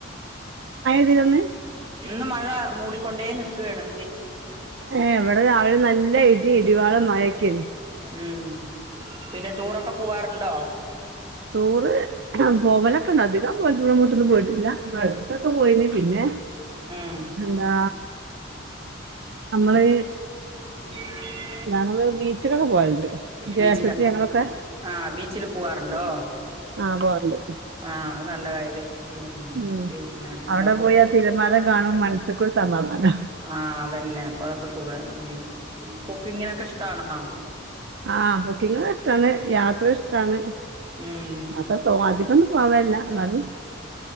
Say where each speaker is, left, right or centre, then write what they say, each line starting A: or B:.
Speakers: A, on the right; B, on the right.
A: അതിലൊന്ന്
B: ഇന്ന് മഴ മൂടിക്കൊണ്ടേ നിക്കുകയാണ്
A: ഏ എവിടെ രാവിലെ നല്ല ഇടി ഇടിവാളും മഴെക്കയാണ്
B: ഉം പിന്നെ ടൂറൊക്കെ പോവാറുണ്ടോ
A: ടൂർ പോവലൊക്കെണ്ട് അധികം ദൂരെങ്ങോട്ടും പോയിട്ടില്ല <unintelligible> പോയിന് പിന്നെ
B: ഉം
A: എന്താ നമ്മള്
B: ഉം
A: ഞങ്ങള് ബീച്ചിലൊക്കെ പോയണ്ട് ജ്യേഷ്ടത്തി
B: ബീച്ചിലൊക്കെ
A: ഞങ്ങളൊക്കെ
B: ആഹ് ബീച്ചില് പോവാറുണ്ടോ
A: ആഹ് പോവാറുണ്ട്
B: ആഹ് അത് നല്ല കാര്യം
A: ഉം
B: പിന്നെ
A: അവിടെ
B: എന്താ കു
A: പോയാ തിരമാല കാണും മനസൊക്കെ സമാധാന
B: ആഹ് അതന്നെ അപ്പ അതൊക്കെ സുഖമാണ് ഉം കുക്കിങ്ങിനൊക്കെ ഇഷ്ടാണോ
A: ആഹ് കുക്കിങ് ഇഷ്ടാണ് യാത്ര ഇഷ്ടാണ്
B: ഉം
A: അത്ര <unintelligible> പോവല്ല എന്നാലും